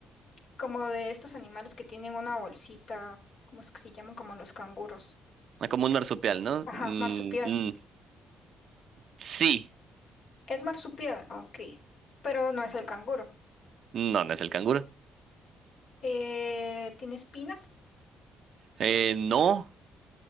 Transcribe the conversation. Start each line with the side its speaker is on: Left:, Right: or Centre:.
Left: como de estos animales que tienen una bolsita, ¿cómo es que se llaman? Como los canguros.
Right: Ah, Como un marsupial, ¿no?
Left: Ajá,
Right: Mm,
Left: marsupial.
Right: mm, sí.
Left: Es marsupial, ok. Pero no es el canguro.
Right: No, no es el canguro.
Left: Eh, tiene espinas.
Right: Eh, no.